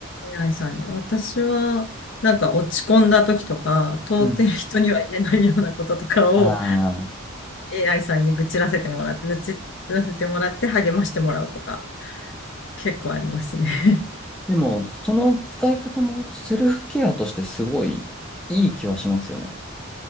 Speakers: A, on the left; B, in the centre.
A: AI さんに。私は、なんか落ち込んだ時とか、通ってる人には言えないようなこととかを
B: うん。ああ。
A: AI さんに愚痴らせてもらって、愚痴らせてもらって励ましてもらうとか、結構ありますね。
B: でも、その使い方もセルフケアとしてすごいいい気はしますよね。